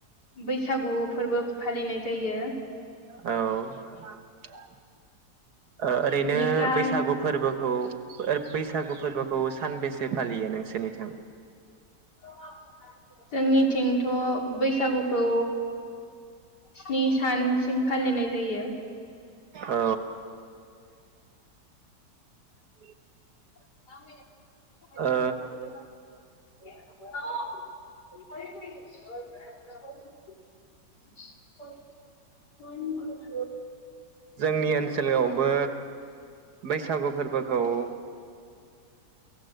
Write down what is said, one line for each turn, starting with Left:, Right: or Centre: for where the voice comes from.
Left: बैसागु फोरबो फालिनाय जायो
Right: औ ओ ओरैनो
Left: बेनिफ्राय
Right: बैसागु फोरबो औ बैसागु फोरबोखौ सानबेसे फालियो नोंसोरनिथिं?
Left: <inaudible> जोंनिथिंथ' बैसागुखौ स्नि सानसिम फालिनाय जायो
Right: औ <inaudible>
Left: <unintelligible>
Right: ओ
Left: <inaudible>
Right: जोंनि ओनसोलावबो बैसागु फोरबोखौ ओ